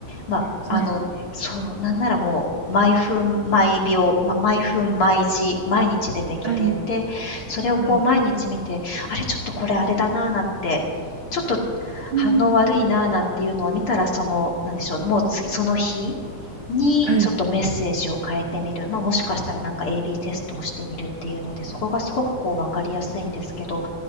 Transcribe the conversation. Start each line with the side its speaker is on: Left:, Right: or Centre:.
Left: まあ、
Right: そうですよね。
Left: あの、そう、なんならもう、毎分、毎秒、ま毎分、毎時、毎日出てきて、
Right: はい、
Left: で、それをこう毎日見て、
Right: はい、
Left: あれ、ちょっとこれあれだな、なんて、ちょっと
Right: うん、
Left: 反応悪いなあなんていうのを見たら、その、なんでしょう、もう次その日にちょっとメッセージを変えてみる、
Right: はい、
Left: まあ、もしかしたらなんか AB テストをしてみるっていうので、そこがすごくこう分かりやすいんですけど、